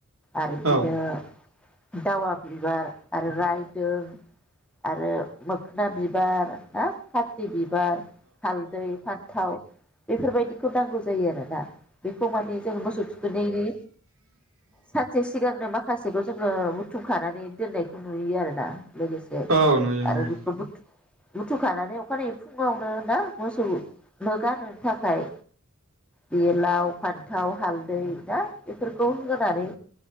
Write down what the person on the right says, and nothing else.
औ
औ नुयो नुयो